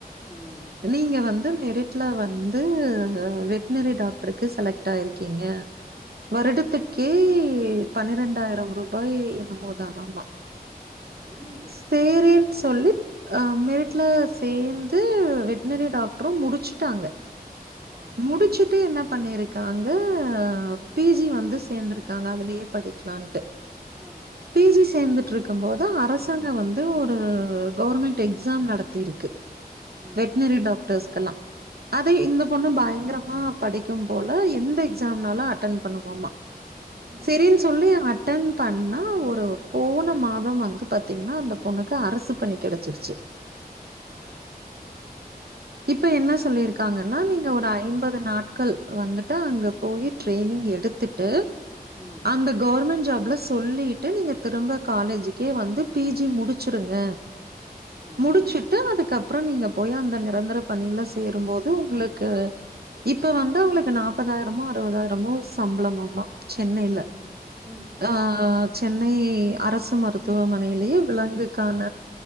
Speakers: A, in the centre; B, on the right.
A: ம்
B: நீங்க வந்து மெரிட்ல வந்து வெட்னரி டாக்டருக்கு செலக்ட் ஆயிருக்கீங்க
A: வேற
B: வருடத்துக்கே பன்னிரெண்டாயிரம் ரூபாய் என்னோ மோதானாமா
A: ஐய்ஐயோ
B: சேரின் சொல்லு ஆ மெரிட்ல சேந்து வெட்னரி டாக்டரு முடிச்சுட்டாங்க
A: ஓ
B: முடிச்சுட்டு என்ன பண்ணி இருக்காங்க பி ஜி வந்து சேந்து இருக்காங்க அதுலயே படிக்லான்ட்டு
A: ஹ
B: பி ஜி சேந்துட்ருக்கு போதா அரசாங்க வந்து து ஒரு கவர்மெண்ட் எக்ஸாம் நடத்திருக்கு
A: ம்
B: வெட்னரி டாக்டர்ஸ்கெல்லா அதே இந்த பொண்ணு பயங்கரமா படிக்கு போல எந்த எக்ஸாம்னாலு அட்டன் பண்ணுமா ம
A: ம்
B: செரினு சொல்லி அ ட்டன் பண்ணா ஒரு போன மாதோ வந்து பாத்தீங்கென்னா அந்த பொண்ணுக்கு அரசு பணி கெடைச்ருச்சு
A: பரவால்ல
B: இப்ப என்ன சொல்லி இருக்காங்கன்னா நீங்க ஒரு ஐம்பது நாட்கள் வந்துட்டு அங்க போயி ட்ரெய்னிங் எடுத் துட்டு
A: ம்
B: அந்த கவர்மெண்ட் ஜாப்ல சொல்லிட்டு நீங்க திரும்ப காலேஜுக்கே வந்து பி ஜி முடிச் சுருங்க
A: ஆ
B: முடிச்சுட் டு அதுக்கப்றோ நீங்க போயி அந்த நிரந்தர பணில சேரும்போது உங்களுக்கு இப்ப வந்து அவுங்களுக்கு நாப்பதாயிரமோ அறுவதாயிரமோ சம்பளமாம்மா சென்னையில
A: ம் ம் ம்
B: ஆ சென்னை அரசு மருத்துவமனையிலயே விலங்குக்கான